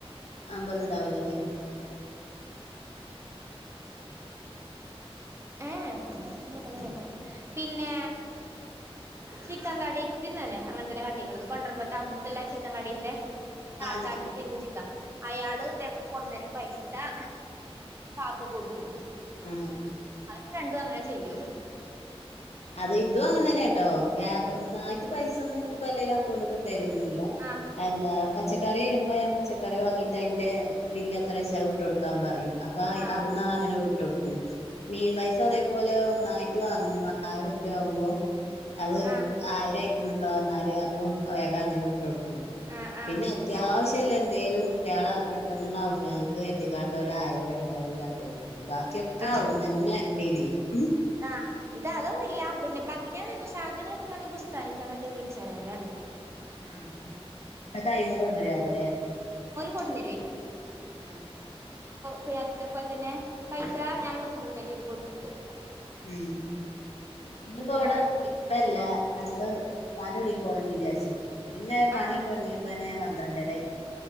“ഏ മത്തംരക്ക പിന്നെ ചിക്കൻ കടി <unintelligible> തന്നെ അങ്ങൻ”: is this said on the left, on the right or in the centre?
Right